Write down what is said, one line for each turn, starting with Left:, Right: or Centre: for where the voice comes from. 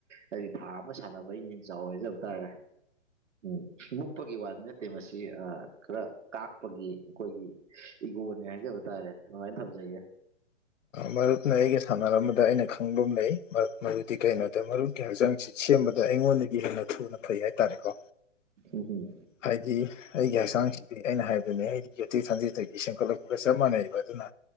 Right: ꯍꯥꯏꯗꯤ ꯊꯥ ꯑꯃ ꯁꯥꯟꯅꯕ ꯑꯩꯅ ꯌꯥꯝ ꯆꯥꯎꯋꯦ ꯍꯥꯏꯖꯕ ꯇꯥꯏꯌ‌ꯦ ꯎꯝ ꯃꯨꯛꯄꯒꯤ ꯋꯥꯗꯤ ꯅꯠꯇꯦ ꯃꯁꯤ ꯈꯔ ꯀꯥꯛꯄꯒꯤ ꯑꯩꯈꯣꯏꯒꯤ ꯏꯒꯣꯅꯦ ꯍꯥꯏꯖꯕ ꯇꯥꯔꯦ ꯑꯗꯨꯃꯥꯏꯅ ꯊꯝꯖꯒꯦ
Left: ꯃꯔꯨꯞꯅ ꯑꯩꯒꯤ ꯁꯥꯟꯅꯔꯝꯕꯗ ꯑꯩꯅ ꯈꯪꯕ ꯑꯃ ꯂꯩ ꯃꯗꯨꯗꯤ ꯀꯩꯅꯣꯗ ꯃꯔꯨꯞꯀꯤ ꯍꯛꯆꯥꯡꯁꯤ ꯁꯦꯝꯕꯗ ꯑꯩꯉꯣꯟꯗꯒꯤ ꯍꯦꯟꯅ ꯊꯨꯅ ꯐꯩ ꯍꯥꯏꯇꯥꯔꯦꯀꯣ
Right: ꯎ ꯍꯨꯝ
Left: ꯍꯥꯏꯗꯤ ꯑꯩꯒꯤ ꯍꯛꯆꯥꯡꯁꯤꯗꯤ ꯑꯩꯅ ꯍꯥꯏꯕꯅꯤ ꯑꯩꯗꯤ ꯌꯊꯦꯛ ꯊꯟꯖꯦꯠꯇꯒꯤ ꯁꯦꯝꯒꯠꯂꯛꯄꯒ ꯆꯞ ꯃꯥꯟꯅꯩꯔꯤꯕ ꯑꯗꯨꯅ